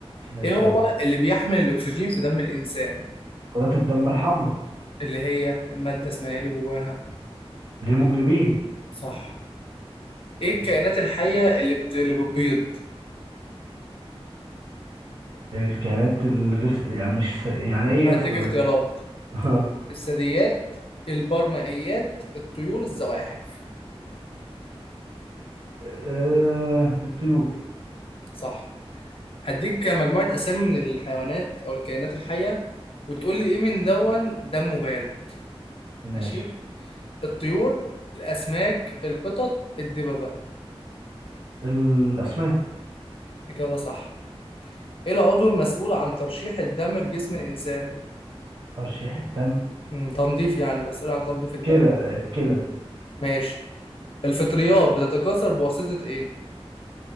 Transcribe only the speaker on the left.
ايه هو
اللي بيحمل الاكسجين في دم الانسان
اللي هي الماده اسمها ايه اللي جواها
صح ايه الكائنات الحيه اللي بت... اللي بتبيض
هديك
اختيارات
الثدييات البرمائيات الطيور الزواحف
صح هديك مجموعة أسامي من الحيوانات أو الكائنات الحية وتقول لي إيه من دون دمه بارد
ماشي الطيور الأسماك القطط الدببة
إجابة صح إيه العضو المسؤول عن ترشيح الدم في جسم الإنسان
مم، تنظيف يعني مسؤول عن تنظيف الدم
ماشي الفطريات بتتكاثر بواسطة إيه